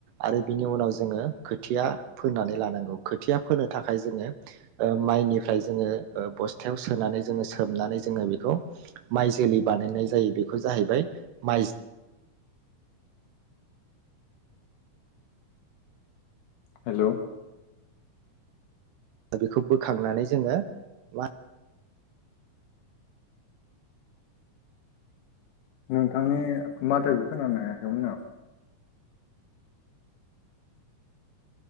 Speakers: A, on the right; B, on the left.
A: आरो बिनि उनाव जोङो खोथिया फोनानै लानांगौ खोथिया फोनो थाखाय जोङो ओ माइनिफ्राय जोङो ओ बस्थायाव सोनानै जोङो सोमनानै जोङो बेखौ माइ जोलै बानायनाय जायो बेखौ जाहैबाय माइ
B: हेल'।
A: बेखौ बोखांनानै जोङो मा
B: नोंथांनि माथो बे खोनानो हायाखैमोन आं।